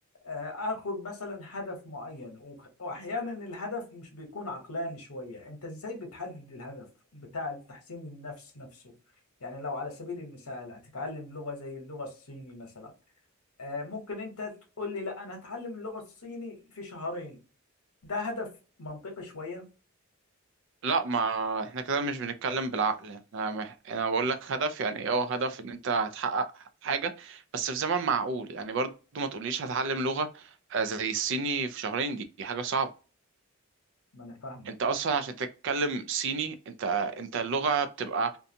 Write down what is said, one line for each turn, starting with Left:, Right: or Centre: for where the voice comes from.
Left: آه، اخد مثلا هدف معين وخ- واحيانا الهدف مش بيكون عقلاني شوية انت ازاي بتحدد الهدف بتاع تحسين النفس نفسه يعني لو على سبيل المثال هتتعلم لغة زي اللغة الصيني مثلا آه، ممكن انت تقول لي لا انا هتعلم اللغة الصيني في شهرين ده هدف منطقي شوية
Right: لا ما احنا كده مش بنتكلم بالعقل انا مح... انا بقول لك هدف يعني اه هدف ان انت هتحقق حاجة بس في زمن معقول يعني برضو ما تقوليش هتعلم لغة آه، زي الصيني في شهرين دي دي حاجة صعبة
Left: ما انا فاهمك
Right: انت اصلا عشان تتكلم صيني انت انت اللغة بتبقى